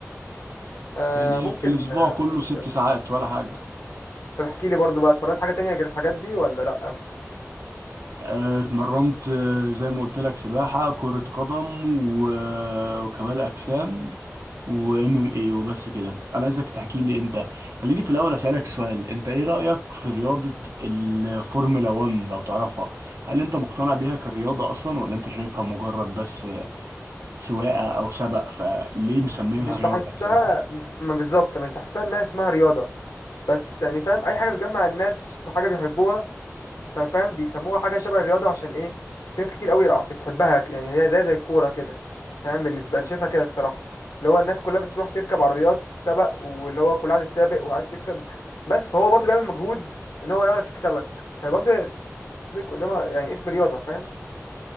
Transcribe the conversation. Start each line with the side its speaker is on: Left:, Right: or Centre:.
Left: آه
Right: يعني
Left: ممكن
Right: في الأسبوع
Left: آه،
Right: كله ست ساعات ولا حاجة
Left: طب احكي لي برضو بقى اتمرنت حاجة تانية غير الحاجات دي ولا لأ
Right: آه، اتمرنت آه، زي ما قلت لك سباحة كرة قدم و- آه، وكمال أجسام وام ام اي وبس كده انا عايزك تحكي لي انت خليني في الاول اسالك سؤال انت ايه رايك في رياضه الفورمولا 1 لو تعرفها هل انت مقتنع بيها كرياضه اصلا ولا انت شايفها مجرد بس سواقه او سبق فليه مسمينها
Left: مش
Right: رياضه
Left: بحسها
Right: اساسا
Left: مش ما بالظبط مش بحسها انها اسمها رياضة بس يعني فاهم اي حاجة بتجمع الناس في حاجة بيحبوها ففاهم بيسموها حاجة شبه الرياضة عشان ايه في ناس كتير قوي بتحبها يعني هي زي زي الكورة كده فاهم بالنسبة انا شايفها كده الصراحة اللي هو الناس كلها بتروح تركب عربيات سبق واللي هو كلها عايز تسابق وعايز تكسب بس فهو برضه بيعمل مجهود ان هو يعرف يكسبك فبرضه ليك قدامها يعني اسم رياضة فاهم